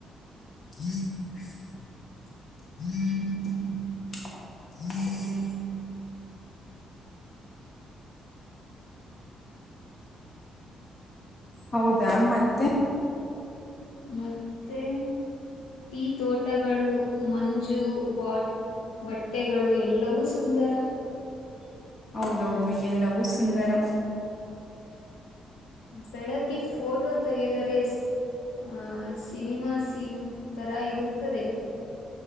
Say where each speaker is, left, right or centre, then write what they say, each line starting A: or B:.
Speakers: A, on the left; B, on the left.
A: <unintelligible> <unintelligible> ಹೌದಾ ಮತ್ತೆ
B: ಮತ್ತೆ ಟೀ ತೋಟಗಳು ಮಂಜು ಬಾಟ್ ಬಟ್ಟೆಗಳು ಎಲ್ಲವೂ ಸುಂದರ
A: ಹೌದೌದು ಎಲ್ಲವೂ ಸುಂದರ
B: ಬೆಳಗ್ಗೆ ಫೋಟೋ ತೆಗೆದಾರೆ ಆ ಸಿನಿಮಾ ಸೀಮ್ ತರ ಇರುತ್ತದೆ